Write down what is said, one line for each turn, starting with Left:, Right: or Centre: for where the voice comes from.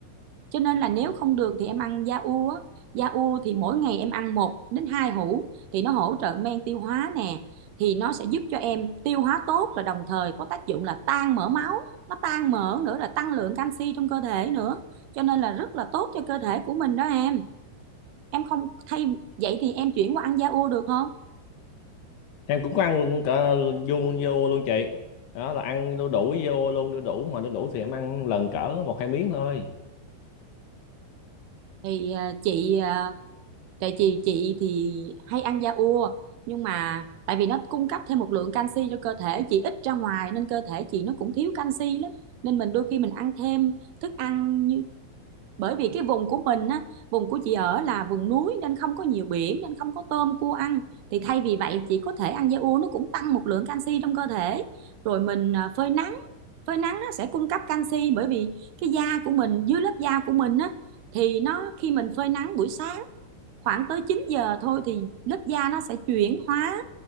Right: cho nên là nếu không được thì em ăn da u á da u thì mỗi ngày em ăn một đến hai hũ thì nó hỗ trợ men tiêu hóa nè thì nó sẽ giúp cho em tiêu hóa tốt và đồng thời có tác dụng là tan mỡ máu nó tan mỡ nữa là tăng lượng canxi trong cơ thể nữa cho nên là rất là tốt cho cơ thể của mình đó em em không thay vậy thì em chuyển qua ăn da u được không
Left: em cũng có ăn cả vô vô luôn chị đó là ăn đu đủ vô luôn đu đủ mà đu đủ thì em ăn lần cỡ một hai miếng thôi
Right: thì à, chị à, Tại chị chị thì hay ăn da ua nhưng mà tại vì nó cung cấp thêm một lượng canxi cho cơ thể chị ít ra ngoài nên cơ thể chị nó cũng thiếu canxi lắm nên mình đôi khi mình ăn thêm thức ăn như bởi vì cái vùng của mình á vùng của chị ở là vùng núi nên không có nhiều biển nên không có tôm cua ăn thì thay vì vậy chị có thể ăn da ua nó cũng tăng một lượng canxi trong cơ thể rồi mình à, phơi nắng phơi nắng nó sẽ cung cấp canxi bởi vì cái da của mình dưới lớp da của mình á thì nó khi mình phơi nắng buổi sáng khoảng tới 9 giờ thôi thì lớp da nó sẽ chuyển hóa